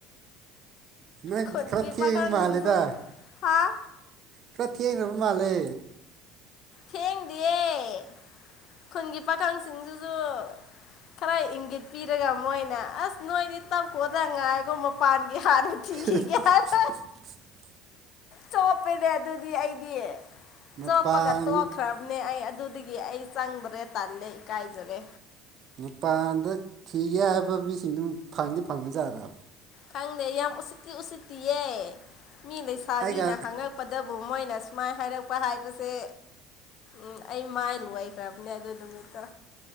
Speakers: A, on the right; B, on the left.
A: ꯅꯪ
B: ꯈꯨꯟꯒꯤ
A: ꯈꯔ ꯊꯦꯡꯕ
B: ꯄꯈꯪ
A: ꯃꯥꯜꯂꯦꯗ
B: ꯁꯤꯡꯁꯨ ꯍꯥꯥ
A: ꯈꯔ ꯊꯦꯡꯒ꯭ꯔꯕ ꯃꯥꯜꯂꯦ
B: ꯊꯦꯡꯗ‌‌ꯦꯌꯦ ꯈꯨꯟꯒꯤ ꯄꯥꯈꯪꯁꯤꯡ ꯖꯨ <inaudible> ꯈꯔ ꯏꯪꯒꯤꯠ ꯄꯤꯔꯒ ꯃꯣꯏꯅ ꯑꯁ ꯅꯣꯏꯗꯤ ꯇꯞꯈꯣꯗ ꯉꯥꯏꯈꯣ ꯃꯄꯥꯟꯒꯤ ꯍꯥꯟꯅ ꯊꯤꯈꯤꯒꯦ
A: <unintelligible>
B: ꯍꯥꯏꯅ ꯆꯣꯞꯄꯦꯅꯦ ꯑꯗꯨꯗꯤ ꯑꯩꯗꯤ
A: ꯃꯄꯥꯟ
B: ꯆꯣꯞꯄꯒ ꯇꯣꯛꯈ꯭ꯔꯝꯅꯦ ꯑꯩ ꯑꯠ ꯑꯗꯨꯗꯒꯤ ꯑꯩ ꯆꯪꯗ꯭ꯔꯦ ꯇꯜꯂꯦ ꯏꯀꯥꯏꯖꯔꯦ
A: ꯃꯄꯥꯟꯗ ꯊꯤꯒꯦ ꯍꯥꯏꯕ ꯃꯤꯁꯤꯡꯗꯨ ꯐꯪꯗꯤ ꯐꯪꯖꯥꯔꯥ
B: ꯈꯪꯗꯦ ꯌꯥꯝ ꯎꯁꯤꯠꯇꯤ ꯎꯁꯤꯠꯇꯤꯌꯦ ꯃꯤ ꯂꯩꯁꯥꯕꯤꯅ
A: ꯑꯩꯒ
B: ꯍꯪꯉꯛ ꯄꯗꯕꯨ ꯃꯣꯏꯅ ꯁꯨꯃꯥꯏ ꯍꯥꯏꯔꯛꯄ ꯍꯥꯏꯕꯁꯦ ꯎꯝ ꯑꯩ ꯃꯥꯏ ꯂꯣꯏꯈ꯭ꯔꯕꯅꯦ ꯑꯗꯨ ꯅꯨꯃꯤꯠꯇꯣ